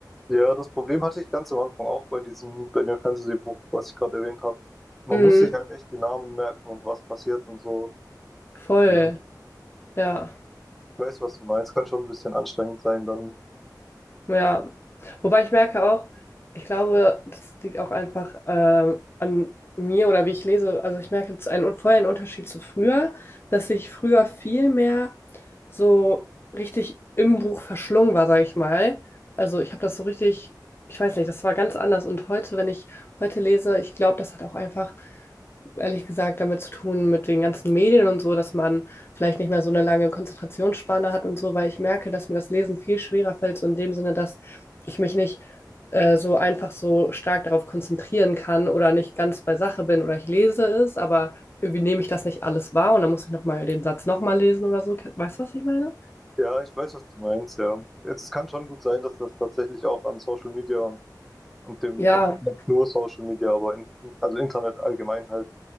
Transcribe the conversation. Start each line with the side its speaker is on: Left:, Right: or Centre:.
Centre: Ja, das Problem hatte ich ganz am Anfang auch bei diesem Daniel Fantasy Buch, was ich gerade erwähnt habe. Man
Left: Mhm,
Centre: muss sich halt echt die Namen merken und was passiert und so.
Left: voll,
Centre: Ja. Ich
Left: ja.
Centre: weiß, was du meinst. Kann schon ein bisschen anstrengend sein dann.
Left: Ja, wobei ich merke auch, ich glaube, das liegt auch einfach ähm, an mir oder wie ich lese. Also ich merke jetzt einen vorher einen Unterschied zu früher, dass ich früher viel mehr so richtig im Buch verschlungen war, sage ich mal. Also ich habe das so richtig, ich weiß nicht, das war ganz anders. Und heute, wenn ich heute lese, ich glaube, das hat auch einfach, ehrlich gesagt, damit zu tun mit den ganzen Medien und so, dass man vielleicht nicht mehr so eine lange Konzentrationsspanne hat und so, weil ich merke, dass mir das Lesen viel schwerer fällt, so in dem Sinne, dass ich mich nicht äh, so einfach so stark darauf konzentrieren kann oder nicht ganz bei Sache bin oder ich lese es, aber irgendwie nehme ich das nicht alles wahr und dann muss ich nochmal den Satz nochmal lesen oder so. Weißt du, was ich meine?
Centre: Ja, ich weiß, was du meinst, ja. Jetzt, es kann schon gut sein, dass das tatsächlich auch an Social Media und, und dem,
Left: Ja,
Centre: nicht nur Social Media, aber in, also Internet allgemein halt,